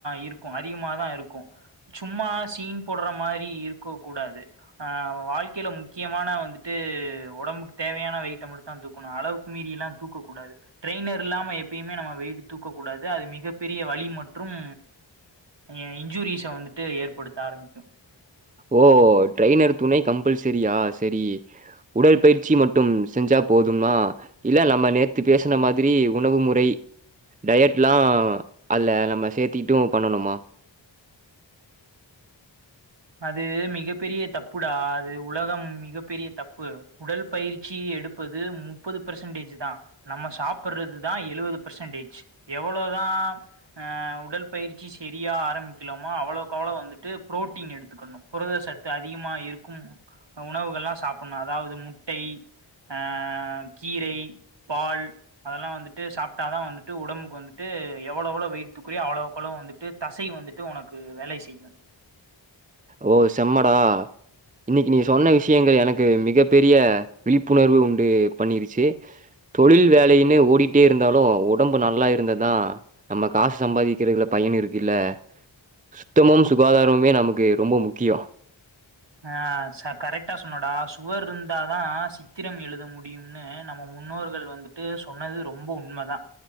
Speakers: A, on the right; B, on the right.
A: இருக்கு அதிகமாதா இருக்கு சும்மா சீன் போட்ற மாரி இருக்க கூடாது ஆ வாழ்க்கையில முக்கியமான வந்துட்டு உடம்புக்கு தேவையான வெயிட்ட மட்டும் தா தூக்கணும் அளவுக்கு மீறியெல்லா தூக்கக்கூடாது ட்ரெய்னர் இல்லாம எப்பயுமே நம்ம வெயிட்டு தூக்கக்கூடாது. அது மிகப்பெரிய வழி மற்றும் ஏ இன்ஜூரிஸ வந்துட்டு ஏற்படுத்த ஆரம்பிக்கும்
B: ஓ ட்ரைய்னர் துணை கம்பல்சரியா சரி உடற்பயிற்சி மட்டும் செஞ்சா போதும்மா இல்ல நம்ம நேத்து பேசுன மாதிரி உணவு முறை டயட்லா அதுல நம்ம சேத்திட்டும் பண்ணனுமா
A: அது மிகப் பெரிய தப்புடா அது உலகம் மிகப் பெரிய தப்பு. உடல் பயிற்சி எடுப்பது முப்பது பெர்சன்டேஜ் தா நம்ம சாப்புறதுதா எழுவது பெர்சன்டேஜ் எவ்ளோதா ஆ உடற்பயிற்சி சரியா ஆரம்பிக்கலமா அவ்ளோக்கவ்ளோ வந்துட்டு ப்ரோட் டீன் எடுத்துக்கணு புரத சத்து அதிகமா இருக்கும் உணவுகள்லா சாப்புட்ணு அதாவது முட்டை ஆ கீரை பால் அதெல்லா வந்துட்டு சாப்ட்டாதா வந்துட்டு உடம்புக்கு வந்துட்டு எவ்ளோ எவ்ளோ வெயிட் தூக்குறியோ அவ்ளோக்கவுளோ வந்துட் டு தசை வந்துட்டு உனக்கு வேலை செய்யு
B: ஓ செம்மடா இன்னிக்கி நீ சொன்ன விஷயங்கள் எனக்கு மிகப் பெரிய விழிப்புணர்வு உண்டு பண்ணிருச்சு தொழில் வேலையுமே ஓடிட்டே இருந்தாலு ஒடம்பு நல்லா இருந்ததா நம்ம காசு சம்பாதிக்கிறதுல பயன் இருக்கு இல்ல சுத்தமும் சுகாதாரமுமே நமக்கு ரொம்ப முக்கியோ
A: ஆ ச கரெக்டா சொன்னடா சுவர் இருந்தாதா சித்திரம் எழுத முடியு இன்னு நம்ம முன்னோர்கள் வந்துட்டு சொன்னது ரொம்ப உண்மதா